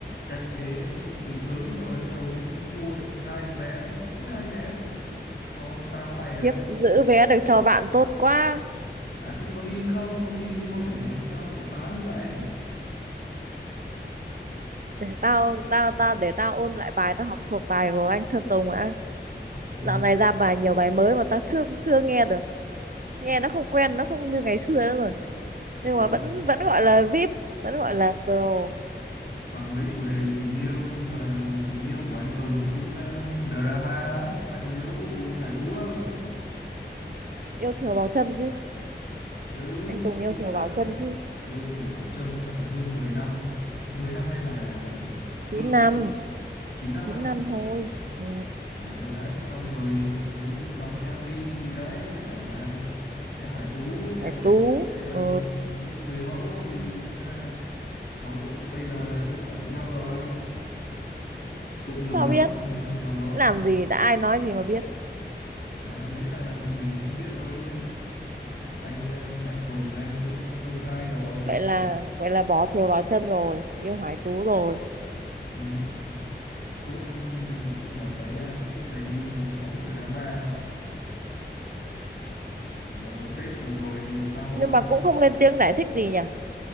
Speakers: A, on the left; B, on the right.
A: canh ghế từ sớm rồi bắt đầu mình mua được hai cái vé mỗi hai vé là cho tao với mày rồi
B: khiếp
A: đấy
B: giữ vé được cho bạn tốt quá
A: à thế có đi không không đi thôi để tao lại bán đi vậy
B: tao tao tao để tao ôn lại bài tao học thuộc bài của anh Sơn Tùng đã
A: ừ.
B: dạo này ra bài nhiều bài mới mà ta chưa chưa nghe được nghe nó không quen nó không như ngày xưa nữa rồi nhưng
A: Ôi,
B: mà vẫn vẫn gọi là VIP vẫn gọi là pro
A: toàn mấy chủ đề về tình yêu nhưng mà tình yêu của anh Tùng thì cũng ờ, drama lắm mày còn nhớ vụ Hải Tú không
B: yêu thiều vào chân chứ
A: ừ
B: anh Tùng yêu
A: thì
B: thiều
A: cái đợt
B: vào chân chứ
A: yêu Thiều Bảo Trâm tận hơn mười năm 10 năm hay là
B: chín
A: hơn
B: năm
A: ấy nhỉ Chín năm
B: chín
A: á
B: năm thôi ừ.
A: ờ, đấy xong rồi thấy đóng em MV gì đấy mấy cả em Hải Tú em
B: Hải
A: Hải
B: Tú
A: Tú này là
B: ừ.
A: đấy, người mẫu gì thế là sau cũng bây giờ là cũng ở với nhau rồi cũng lâu
B: sao
A: lắm
B: biết
A: rồi không, không theo dõi
B: làm gì đã ai nói gì mà biết
A: à, đấy là mình không biết thôi chứ anh ờ, anh Tùng anh ấy công khai rồi
B: vậy là vậy là bỏ thiều vào chân rồi yêu Hải Tú rồi
A: ừ, phút ừ, đợt đấy à, suốt ngày đi hóng drama Ờ, Tết vừa rồi lại tao
B: nhưng mà cũng không lên tiếng giải thích gì nhỉ